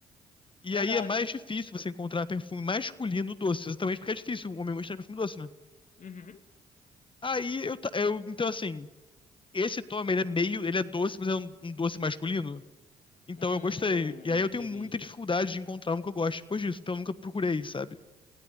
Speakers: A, on the left; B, on the left.
A: E
B: Verdade.
A: aí é mais difícil você encontrar perfume masculino doce, exatamente porque é difícil um homem gostar de perfume doce, né?
B: Uhum.
A: Aí eu, ta- eu então assim, esse Tommy, ele é meio, ele é doce, mas é um, um doce masculino, Então
B: Hum,
A: eu gostei. E aí eu
B: entendi.
A: tenho muita dificuldade de encontrar um que eu goste depois disso. Então eu nunca procurei, sabe?